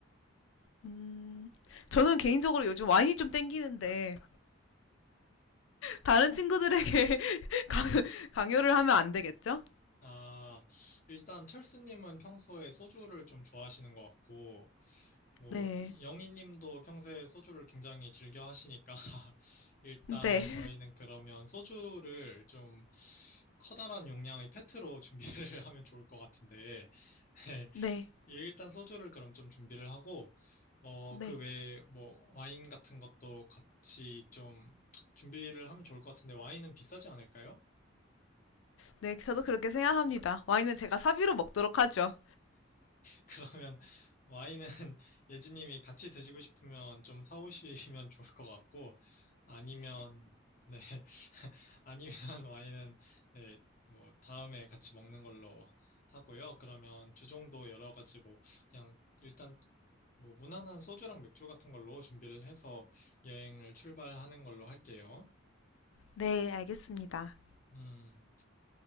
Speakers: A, on the left; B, on the left.
A: 음, 저는 개인적으로 요즘 와인이 좀 땡기는데 다른 친구들에게 <laughs> 강요를 하면 안 되겠죠?
B: 아, 일단 철수님은 평소에 소주를 좀 좋아하시는 것 같고, 뭐
A: 네,
B: 영희님도 평소에 소주를 굉장히 즐겨 하시니까 <laughs> 일단
A: 네,
B: 저희는 그러면 소주를 좀 커다란 용량의 페트로 준비를 <laughs> 하면 좋을 것 같은데. <laughs> 예,
A: 네,
B: 일단 소주를 그럼 좀 준비를 하고, 어,
A: 네,
B: 그 외에 뭐 와인 같은 것도 같이 좀 준비를 하면 좋을 것 같은데 와인은 비싸지 않을까요?
A: 네. 저도 그렇게 생각합니다. 와인은 제가 사비로 먹도록 하죠.
B: 그러면 <laughs> 와인은 <laughs> 예지님이 같이 드시고 싶으면 좀 사오시면 <laughs> 좋을 것 같고, 아니면, 네, <laughs> 아니면 와인은, 네, 뭐, 다음에 같이 먹는 걸로 하고요. 그러면 주종도 여러 가지 뭐, 그냥 일단 뭐, 무난한 소주랑 맥주 같은 걸로 준비를 해서 여행을 출발하는 걸로 할게요.
A: 네, 알겠습니다.
B: 음.